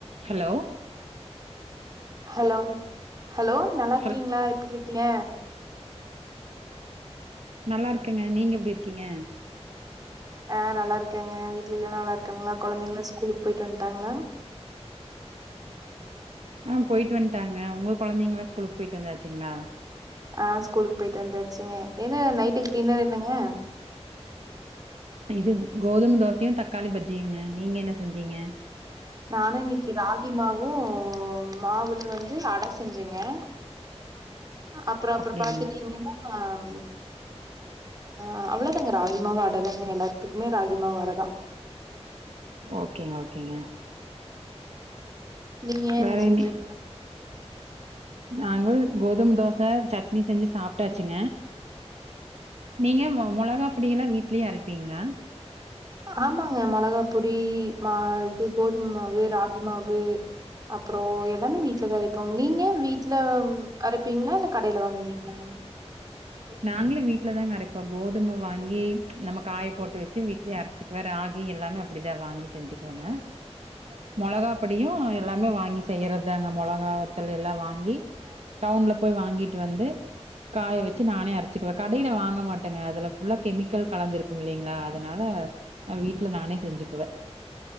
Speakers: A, on the right; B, on the right.
A: Hello
B: hello hello நல்லா இருக்கீங்ளா
A: ஹல்
B: எப்டி இருக்கீய
A: நல்லா இருக்கங்க நீங்க எப்டி இருக்கீங்க
B: அ நல்லா இருக்கங்க வீட்ல எல்லா நல்லா இருக்காங்களா கொழந்தங்களா ஸ்கூலுக்கு போய்ட்டு வண்ட்டாங்களா
A: ஆ போய்ட்டு வண்டாங்க உங்க குழந்தைங்களல்லா ஸ்கூலுக்கு போய்ட்டு வந்தாச்சுங்ளா
B: ஆ ஸ்கூலுக்கு போய்ட்டு வந்தாச்சுங்க என்ன நைட்டுக்கு டின்னர் என்னங்க
A: இது கோதும தோசையு தக்காளி பஜ்ஜியுங்க நீங்க என்ன செஞ்சீங்க
B: நானு இன்னிக்கு ராகி மாவு மாவுல வந்து அட செஞ்சங்கே அப்ற அப்ற
A: அப்டிங்களா
B: பாத்துட்டீங்கினாம் ஆ அவ்ளதாங்க ராகி மாவு அட தாங்க எல்லாத்துக்குமே ராகி மாவு அடதா
A: ஓகேங்க ஓகேங்க
B: நீங்க என்ன
A: வேற
B: செஞ்சீங்
A: இனி நாங்க கோதும தோச சட்னி செஞ்சி சாப்டாச்சிங்க நீங்க மொ மொளகாப் பொடிலா வீட்லியே அரைப்பீங்ளா
B: ஆமாங்க மெளகாப் பொடி மா இது கோதும மாவு ராகி மாவு அப்றோ எல்லாமே வீட்லதரைப் போங் நீங்க வீட்ல வ அரைப்பீங்ளா இல்ல கடைல வாங்குவீங்ளா
A: நாங்ளு வீட்ல தாங்க அரைப்போ கோதும வாங்கி நம்ம காயப்போட்டு வச்சு வீட்லியே அரச்சி சிக்வே ராகி எல்லாமே அப்டிதா வாங்கி செஞ்சுக்வேங்க மொளகாப் படியு எல்லாமே வாங்கி செய்யறத்தாங்க மொளகா வத்தல் எல்லா வாங்கி டவுன்ல போய் வாங்கிட்டு வந்து காய வச் ச்சி நானே அரச்சுக்குவே கடைல வாங்க மாட்டேங்க அதல ஃபுல்லா கெமிக்கல் கலந்திருக்கும் இல்லிங்ளா அதனால அ வீட்ல நானே செஞ்சுக்குவே